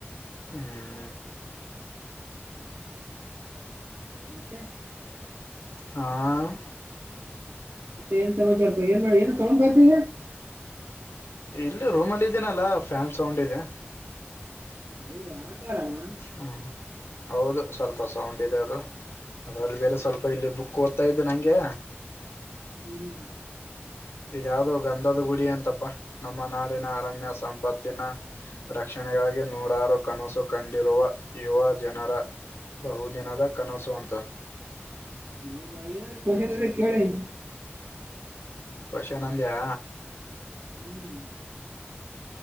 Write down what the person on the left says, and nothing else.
ಹ್ಮ್
ಹಾ
ಇಲ್ಲಿ ರೂಮಲ್ಲಿ ಇದೀನಲ್ಲ ಫ್ಯಾನ್ ಸೌಂಡ್ ಇದೆ
ಹ್ಮ್ ಹೌದು ಸ್ವಲ್ಪ ಸೌಂಡ್ ಇದೆ ಅದು ಅದರಲ್ಲಿ ಬೇರೆ ಸ್ವಲ್ಪ ಇಲ್ಲಿ ಬುಕ್ ಓದ್ತ ಇದ್ದು ನನಗೆ
ಇದ ಯಾವ್ದೋ ಗಂಧದ ಗುಡಿ ಅಂತಪಾ ನಮ್ಮ ನಾಡಿನ ಅರಣ್ಯ ಸಂಪತ್ತಿನ ರಕ್ಷಣೆಗಾಗಿ ನೂರಾರು ಕನಸು ಕಂಡಿರುವ ಯುವ ಜನರ ಬಹು ದಿನದ ಕನಸು ಅಂತ
ಷ ನಂದ್ಯಾ